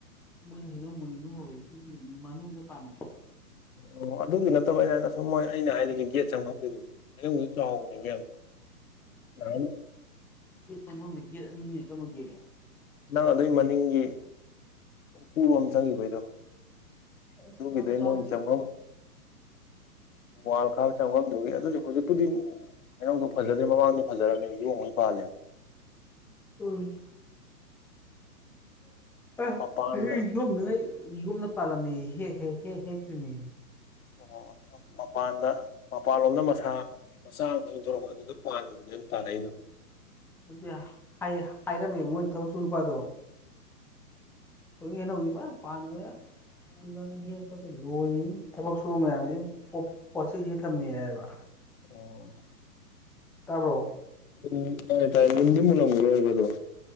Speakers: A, in the centre; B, on the left (about 60°).
A: ꯃꯣꯔꯦ ꯍꯩꯅꯧ ꯃꯅꯤꯡ ꯍꯧꯔꯦꯡꯒꯤ ꯃꯅꯨꯡꯗ ꯄꯥꯟꯕꯗꯣ
B: ꯑꯣ ꯑꯗꯨꯒꯤ ꯅꯠꯇꯕ ꯑꯩꯅ ꯍꯥꯏꯅ ꯁꯨꯝ ꯃꯣꯏ ꯑꯩꯅ ꯍꯥꯏꯔꯤꯒꯤ ꯒꯦꯠ ꯆꯪꯐꯝꯒꯤꯗꯨꯅꯤ ꯑꯩꯒꯤ ꯆꯥꯎꯗ꯭ꯔꯤꯕ ꯌꯥꯝꯅ ꯌꯔꯅꯤ
A: ꯒꯠꯐꯝ ꯒꯦꯠ ꯑꯅꯤꯅ ꯀꯝꯕꯒꯦꯠꯅꯣ
B: ꯅꯪ ꯑꯗꯨꯏ ꯃꯅꯤꯡꯒꯤ ꯑꯣꯏꯔꯣꯝ ꯆꯪꯈꯤꯕꯩꯗꯣ
A: ꯑꯁ
B: ꯑꯗꯨꯒꯗꯤ
A: ꯌꯥꯝ ꯆꯥꯎꯗꯦꯗ
B: ꯃꯣꯏ ꯆꯪꯐꯝ ꯋꯥꯜ ꯈꯥ ꯆ ꯑꯗꯨꯛꯇꯨꯗꯤ ꯍꯩꯅꯧꯗꯣ ꯐꯖꯗ꯭ꯦ ꯃꯃꯥꯡꯗꯤ ꯐꯖꯔꯝꯃꯦꯕ ꯌꯣꯡꯩ ꯄꯥꯜꯂꯦꯕ
A: ꯎꯝ ꯑ
B: ꯃꯄꯥꯟꯗ
A: ꯑ ꯌꯣꯝꯅ ꯌꯣꯝꯅ ꯄꯥꯜꯂꯝꯃꯤ ꯍꯦꯛ ꯍꯦꯛ ꯍꯦꯛ ꯍꯦꯛꯛꯇ꯭ꯔꯤꯅꯤ
B: ꯑꯣ ꯃꯄꯥꯟꯗ ꯃꯄꯥꯟꯂꯣꯝꯗ ꯃꯁꯥ ꯃꯆꯥ ꯑꯃ ꯐꯊꯣꯔꯔꯛꯄ ꯑꯗꯨꯗ ꯄꯥꯟꯕꯗꯨꯅ ꯑꯗꯨ ꯇꯥꯔꯛꯏꯗꯣ
A: ꯑꯗꯨꯗꯤ ꯍꯥꯏ ꯍꯥꯏꯔꯝꯃꯦ ꯃꯣꯏꯅ ꯊꯕꯛ ꯁꯨ ꯅꯨꯄꯥꯗꯣ ꯊꯣꯏ ꯍꯧꯏ ꯍꯩꯅꯧꯗꯤ ꯐꯖꯅ ꯄꯟꯕ ꯖꯅꯤ ꯍꯦ ꯀꯠꯇ ꯂꯣꯏ ꯊꯕꯥ ꯁꯕ ꯃꯌꯥꯝ ꯄꯣꯠꯆꯩꯗꯤ ꯊꯝꯃꯦ ꯍꯥꯏꯕ
B: ꯑꯣ
A: ꯇꯥꯕ꯭ꯔꯣ
B: ꯎꯝ ꯇꯥꯏ ꯇꯥꯏ ꯃꯨꯟꯗꯤ ꯃꯨꯟꯂꯝꯒꯤꯔꯣꯏꯕ ꯑꯗꯣ